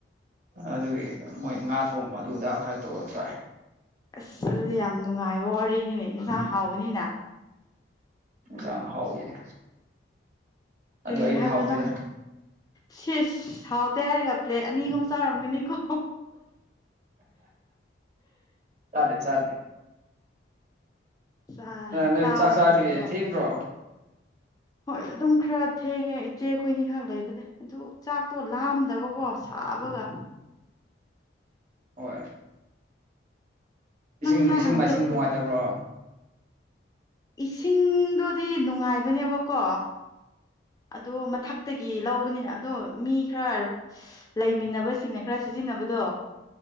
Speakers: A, on the right; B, on the left.
A: ꯑꯗꯨꯒꯤ ꯃꯣꯏ ꯉꯥ ꯊꯣꯡꯕ ꯑꯗꯨꯑꯗ ꯈꯔ ꯇꯧꯔ ꯆꯥꯏ
B: ꯑꯁ ꯑꯗꯨꯗꯤ ꯌꯥꯝ ꯅꯨꯡꯉꯥꯏꯕ ꯋꯥꯔꯤꯅꯤꯅꯦ ꯏꯟꯁꯥꯡ ꯍꯥꯎꯕꯅꯤꯅ
A: ꯢꯟꯁꯥꯡ ꯍꯥꯎꯕꯤꯅꯤ
B: ꯀꯔꯤ
A: ꯑꯗꯨ ꯑꯩꯗꯤ
B: ꯍꯥꯏꯕ꯭ꯔꯣ
A: ꯍꯥꯎꯇꯦꯗ
B: ꯅꯪ ꯁꯤꯁ ꯍꯥꯎꯇ ꯍꯥꯏꯔꯦꯒ ꯄ꯭ꯂꯦꯠ ꯑꯅꯤ ꯑꯍꯨꯝ ꯆꯥꯔꯝꯒꯅꯤꯀꯣ
A: ꯆꯥꯗꯦ ꯆꯥꯗꯦ
B: ꯆꯥ
A: ꯅꯣꯏ
B: ꯆꯥꯕꯅꯦ
A: ꯆꯥꯛ ꯆꯥꯗ꯭ꯔꯤ
B: ꯀꯔꯤꯔꯣ
A: ꯊꯦꯡꯗ꯭ꯔꯣ
B: ꯍꯣꯏ ꯑꯗꯨꯝ ꯈꯔ ꯊꯦꯡꯉꯦ ꯏꯆꯦ ꯈꯣꯏꯅꯤ ꯈꯛ ꯂꯩꯕꯅꯦ ꯑꯗꯨ ꯆꯥꯛꯇꯣ ꯂꯥꯝꯗꯕꯀꯣ ꯑꯥꯕꯒ
A: ꯍꯣꯏ
B: ꯅꯪ
A: ꯏꯁꯤꯡ
B: ꯉꯁꯥꯏ
A: ꯏꯁꯤꯡ
B: ꯍꯪꯕꯗꯣ
A: ꯃꯥꯏꯁꯤꯡ ꯅꯨꯡꯉꯥꯏꯇꯕ꯭ꯔꯣ
B: ꯏꯁꯤꯡꯗꯣꯗꯤ ꯅꯨꯡꯉꯥꯏꯕꯅꯦꯕꯀꯣ ꯑꯣ ꯃꯊꯛꯇꯒꯤ ꯂꯧꯕꯅꯤꯅ ꯑꯗꯣ ꯃꯤ ꯈꯔ ꯂꯩꯃꯤꯟꯅꯕꯁꯤꯡꯅ ꯈꯔ ꯁꯤꯖꯤꯟꯅꯕꯗꯣ